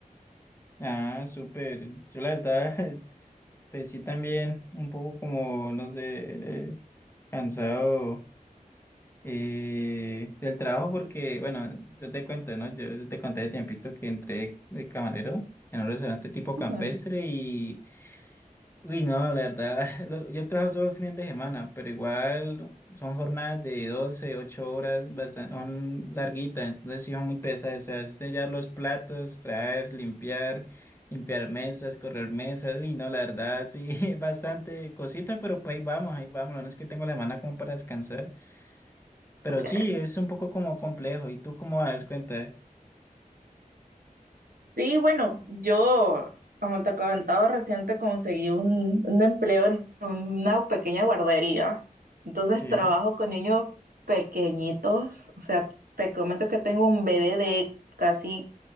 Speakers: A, on the left; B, on the right.
A: Ah, súper. Yo la verdad, <laughs> pues sí también, un poco como, no sé, eh, cansado eh, del trabajo porque, bueno, yo te cuento, ¿no? Yo te conté de tiempito que entré de camarero en un restaurante tipo campestre
B: Ujú,
A: y. Uy, no, la verdad, <laughs> lo- yo trabajo todos los fines de semana, pero igual son jornadas de 12 8 horas, bastante, son larguitas, entonces sí son muy pesadas, o sea, es sellar los platos, traer, limpiar, limpiar mesas, correr mesas, uy, no, la verdad, sí, <laughs> es bastante cosita, pero pues ahí vamos, ahí vamos, no es que tengo la semana como para descansar, pero
B: Ok.
A: sí, es un poco como complejo, ¿y tú cómo das cuenta?
B: Sí, bueno, yo, como te comentaba, reciente conseguí un, un empleo en una pequeña guardería, entonces
A: Sí,
B: trabajo con niños pequeñitos, o sea, te comento que tengo un bebé de casi